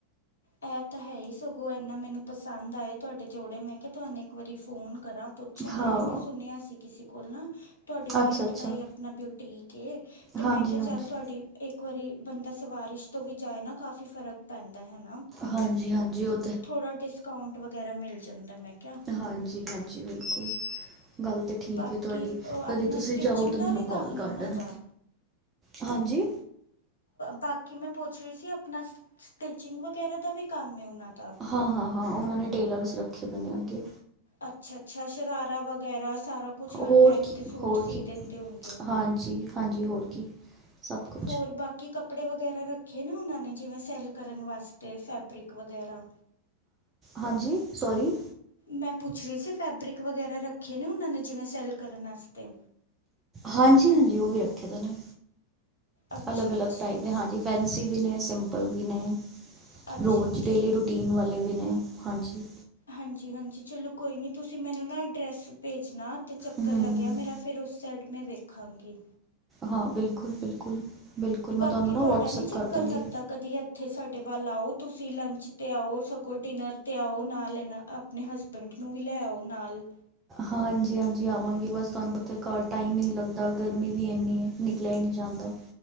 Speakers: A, on the left; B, on the right.
A: ਇਹ ਤਾਂ ਹੈ ਹੀ ਸਗੋਂ ਇੰਨਾ ਮੈਨੂੰ ਪਸੰਦ ਆਏ ਤੁਹਾਡੇ ਜੋੜੇ ਮੈਂ ਕਿ ਤਾਨੂੰ ਇੱਕ ਵਾਰੀ ਫੋਨ ਕਰਾਂ। ਪੁੱਛਾ ਨਾਲੇ
B: ਹਾਂ
A: ਮੈਂ ਸੁਣਿਆ ਸੀ ਕਿਸੇ ਕੋਲ ਨਾ ਤੁਹਾਡੇ ਫਰੈਂਡ
B: ਅੱਛਾ ਅੱਛਾ
A: ਦਾ ਈ ਆਪਣਾ ਬਿਊਟੀਕ ਏ ਤੇ
B: ਹਾਂਜੀ
A: ਮੈਂ ਕਿਆ
B: ਹਾਂਜੀ
A: ਚੱਲ ਤੁਹਾਡੀ ਇੱਕ ਵਾਰੀ ਬੰਦਾ ਸਵਾਰਿਸ਼ ਤੋਂ ਵੀ ਜਾਏ ਨਾ ਕਾਫ਼ੀ ਫ਼ਰਕ ਪੈਂਦਾ ਹਨਾ।
B: ਹਾਂਜੀ- ਹਾਂਜੀ ਓ
A: ਥੋੜ੍ਹਾ ਡਿਸਕਾਊਂਟ ਵਗੈਰਾ ਮਿਲ ਜਾਂਦਾ ਮੈਂ ਕਿਆ
B: ਹਾਂਜੀ- ਹਾਂਜੀ ਬਿਲਕੁਲ ਗੱਲ ਤੇ ਠੀਕ
A: ਬਾਕੀ
B: ਏ ਤੁਹਾਡੀ
A: ਅ,
B: ਕਦੀ
A: ਆਪਣਾ
B: ਤੁਸੀਂ
A: ਸਟਿਚਿੰਗ
B: ਜਾਓ ਤਾਂ
A: ਦਾ
B: ਮੈਨੂੰ
A: ਵੀ ਕੰਮ
B: ਕਾਲ
A: ਹੈ
B: ਕਰ
A: ਉਹਨਾਂ
B: ਲੈਣਾ।
A: ਦਾ
B: ਹਾਂਜੀ
A: ਬਾਕੀ ਮੈਂ ਪੁੱਛ ਰਈ ਸੀ ਆਪਣਾ ਸਟਿਚਿੰਗ ਵਗੈਰਾ ਦਾ ਵੀ ਕੰਮ ਹੈ ਉਨਾਂ ਦਾ
B: ਹਾਂ-ਹਾਂ-ਹਾਂ ਉਹਨਾਂ ਨੇ ਟੇਲਰਸ ਰੱਖੇ ਦੇ ਨੇ ਅੱਗੇ
A: ਅੱਛਾ-ਅੱਛਾ ਸ਼ਰਾਰਾ ਵਗੈਰਾ ਸਾਰਾ ਕੁਛ ਹਰ
B: ਹੋਰ
A: ਟਾਇਪ
B: ਕੀ
A: ਦੇ ਸੂਟ
B: ਹੋਰ
A: ਸੀ
B: ਕੀ
A: ਦਿੰਦੇ ਹੋਗੇ।
B: ਹਾਂਜੀ ਹਾਂਜੀ ਹੋਰ ਕੀ ਸਭ ਕੁਛ
A: ਹੋਰ ਬਾਕੀ ਕੱਪੜੇ ਵਗੈਰਾ ਰੱਖੇ ਨਾ ਉਹਨਾਂ ਨੇ ਜਿਵੇਂ ਸੈਲ ਕਰਨ ਵਾਸਤੇ ਫੈਬਰਿਕ ਵਗੈਰਾ
B: ਹਾਂਜੀ ਸੋਰੀ
A: ਮੈਂ ਪੁੱਛ ਰਹੀ ਸੀ ਫੈਬਰਿਕ ਵਗੈਰਾ ਰੱਖੇ ਨੇ ਉਹਨਾਂ ਨੇ ਜਿਵੇਂ ਸੈੱਲ ਕਰਨ ਅਸਤੇ
B: ਹਾਂਜੀ-ਹਾਂਜੀ ਓ ਵੀ ਰੱਖੇ ਦੈਨੇ
A: ਅੱਛਾ-ਅੱਛਾ,
B: ਅਲੱਗ ਅਲੱਗ ਟਾਈਪ ਦੇ ਹਾਂਜੀ ਫੈਂਸੀ ਵੀ ਨੇ ਸਿੰਪਲ ਵੀ ਨੇ
A: ਅੱਛਾ-ਅੱਛਾ।
B: ਰੋਜ਼ ਡੇਲੀ ਰੁਟੀ ਟੀਨ ਵਾਲੇ ਵੀ ਨੇ ਹਾਂਜੀ
A: ਹਾਂਜੀ- ਹਾਂਜੀ ਚਲੋ ਕੋਈ ਨੀ ਤੁਸੀਂ ਮੈਨੂੰ ਨਾ ਅਡਰੈਸ ਭੇਜਣਾ ਤੇ ਚੱਕਰ
B: ਹਮ
A: ਲੱ ਜਾਂ ਮੇਰਾ ਫਿਰ ਉਸ ਸਾਈਡ ਮੈਂ ਦੇਖਾਂਗੀ
B: ਹਾਂ ਬਿਲਕੁਲ-ਬਿਲਕੁਲ-ਬਿਲਕੁਲ
A: ਬਾਕੀ
B: ਮੈਂ ਤੁਆਨੂੰ ਨਾ
A: ਤੁਹਾਡਾ
B: ਵਟਸਐਪ
A: ਨਹੀਂ ਚੱਕਰ
B: ਕਰ ਦਾਂਗੀ।
A: ਲੱਗਦਾ ਕਦੀ ਇੱਥੇ ਸਾਡੇ ਵੱਲ ਆਓ ਤੁਸੀਂ ਲੰਚ ਤੇ ਆਓ ਸ ਕੋ ਡਿਨਰ ਤੇ ਆਓ ਨਾਲ ਇਹਨਾਂ ਆਪਣੇ ਹਸਬੈਂਡ ਨੂੰ ਵੀ ਲੈ ਆਓ ਨਾਲ
B: ਹਾਂਜੀ- ਹਾਂਜੀ ਆਵਾਂਗੀ ਬਸ ਤਾਨੂੰ ਪਤਾ ਟਾਈਮ ਈ ਨਈ ਲੱਗਦਾ ਗਰਮੀ ਵੀ ਇੰਨੀ ਹੈ ਨਿਕਲਿਆ ਹੀ ਨਹੀਂ ਜਾਂਦਾ।